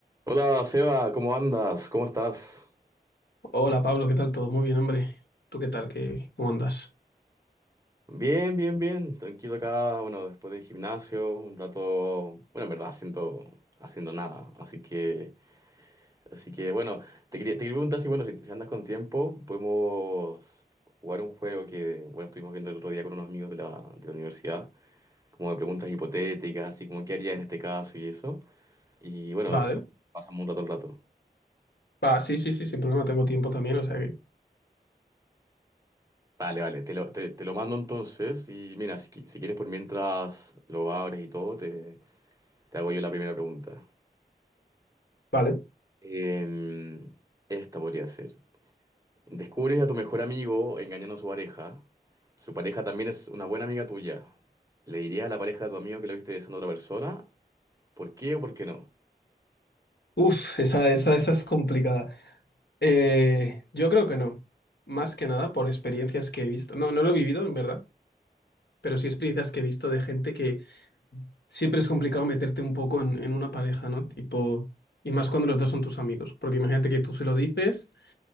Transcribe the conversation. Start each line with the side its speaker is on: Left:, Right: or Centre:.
Right: Hola Seba, ¿cómo andas? ¿Cómo estás?
Left: Hola Pablo, ¿qué tal? ¿Todo muy bien, hombre? ¿Tú qué tal? ¿Qué, cómo andas?
Right: Bien, bien, bien. Tranquilo acá, bueno, después del gimnasio, un rato, bueno, en verdad haciendo, haciendo nada. Así que, así que, bueno, te quería, te quería preguntar si, bueno, si, si andas con tiempo, podemos jugar un juego que, bueno, estuvimos viendo el otro día con unos amigos de la, de la universidad, como de preguntas hipotéticas, así como qué harías en este caso y eso. Y bueno,
Left: Vale.
Right: pasamos un rato al rato.
Left: Va, sí, sí, sí, sin problema, tengo tiempo también, o sea que...
Right: Vale, vale, te lo, te, te lo mando entonces y mira, si, qui- si quieres por mientras lo abres y todo, te, te hago yo la primera pregunta.
Left: Vale.
Right: Eh, esta podría ser. Descubres a tu mejor amigo engañando a su pareja. Su pareja también es una buena amiga tuya. ¿Le dirías a la pareja de tu amigo que lo viste besando a otra persona? ¿Por qué o por qué no?
Left: Uf, esa, esa, esa es complicada. Eh, yo creo que no. Más que nada por experiencias que he visto. No, no lo he vivido, en verdad, pero sí experiencias que he visto de gente que siempre es complicado meterte un poco en, en una pareja, ¿no? Tipo, y más cuando los dos son tus amigos, porque imagínate que tú se lo dices.